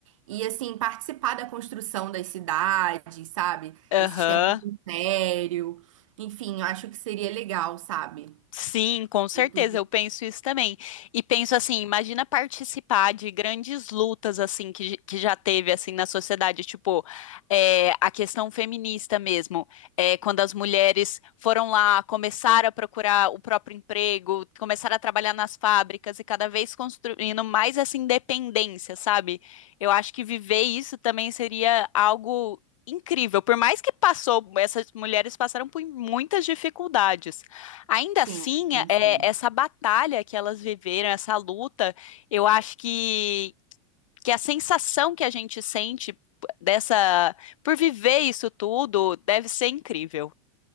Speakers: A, on the right; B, on the left.
A: e, assim, participar da construção das cidades, sabe?
B: Aham.
A: Esses tempos de império. Enfim, eu acho que seria legal, sabe?
B: Sim, com certeza,
A: E tudo.
B: eu penso isso também. E penso assim, imagina participar de grandes lutas assim que, que já teve assim na sociedade, tipo, é, a questão feminista mesmo, é, quando as mulheres foram lá, começaram a procurar o próprio emprego, começaram a trabalhar nas fábricas e cada vez construindo mais essa independência, sabe? Eu acho que viver isso também seria algo incrível, por mais que passou, essas mulheres passaram por muitas dificuldades. Ainda
A: Sim,
B: assim, é,
A: sim.
B: essa batalha que elas viveram, essa luta, eu acho que, que a sensação que a gente sente dessa, por viver isso tudo, deve ser incrível.